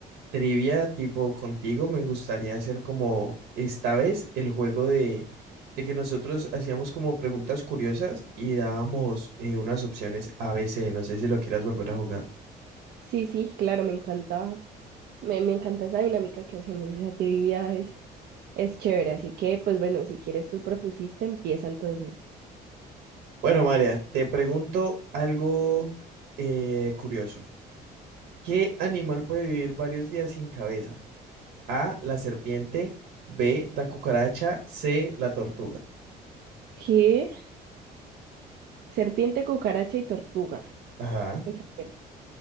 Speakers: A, on the right; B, on the right.
A: trivia tipo contigo. Me gustaría hacer como esta vez el juego de, de que nosotros hacíamos como preguntas curiosas y dábamos eh, unas opciones a ABC. No sé si lo quieras volver a jugar.
B: Sí, sí, claro, me encanta, me, me encanta esa dinámica que hacemos, esa trivia es, es chévere. Así que, pues bueno, si quieres tú propusiste, empieza entonces.
A: Bueno, María, te pregunto algo eh, curioso. ¿Qué animal puede vivir varios días sin cabeza? A, la serpiente, B, la cucaracha, C, la tortuga.
B: ¿Qué? Serpiente, cucaracha y tortuga.
A: Ajá,
B: Exacto.